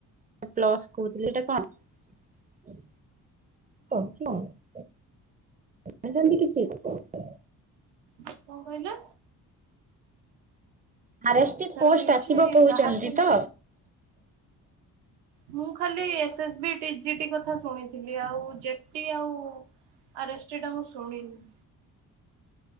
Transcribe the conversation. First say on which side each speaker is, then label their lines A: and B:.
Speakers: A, on the right (about 20°); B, on the right (about 70°).
A: ପ୍ଲସ୍ କହୁଥିଲି ଏଟା କଣ? କହୁଥିଲ ଆଉ। ଏତେ ଜଲଦି କିଛି ହୋଇପାରି
B: କଣ କହିଲ?
A: ଆରେଷ୍ଟି
B: ସେମିତି
A: ପୋଷ୍ଟ
B: କିଛି
A: ଆସିବ କହୁଛନ୍ତି
B: ବାହାରଚିନା
A: ତ?
B: ମୁଁ ଖାଲି S S B T G T କଥା ଶୁଣିଥିଲି ଆଉ ଜେଟି ଆଉ ଆ ର ଏସ ଟି ଟା ମୁଁ ଶୁଣିନି।